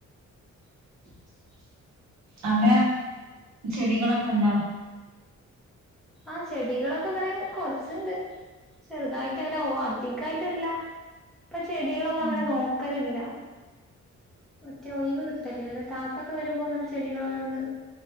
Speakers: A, in the centre; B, on the right.
A: <unintelligible>
B: അവിടെ ചെടികളൊക്കെ ഉണ്ടോ
A: ആഹ ചെടികളൊക്കെ ഇങ്ങനെ കൊറച്ചുണ്ട് ചെറുതായിട്ട് അങ്ങനെ ഓ അധിക്കായിട്ടില്ല ഇപ്പൊ ചെടികളൊന്നും
B: ഉം
A: അങ്ങനെ നോക്കലില്ല മറ്റേ ഒയിവ് കിട്ടലില്ല അല്ലെ താത്തൊക്കെ വരുമ്പോ ഇങ്ങനെ ചെടികളോരോന്ന്